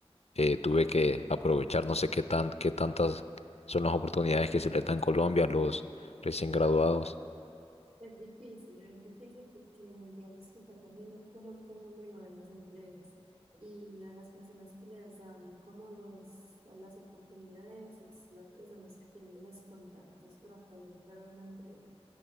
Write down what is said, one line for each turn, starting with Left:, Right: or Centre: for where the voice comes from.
Left: eh, tuve que aprovechar, no sé qué tan, qué tantas son las oportunidades que se les da en Colombia a los recién graduados.
Right: Es difícil, es difícil porque en Bielorrusia también hay como un fenómeno de las empresas y a las personas que les dan como los, las oportunidades es las personas que tienen los contactos para poder entrar a una empresa.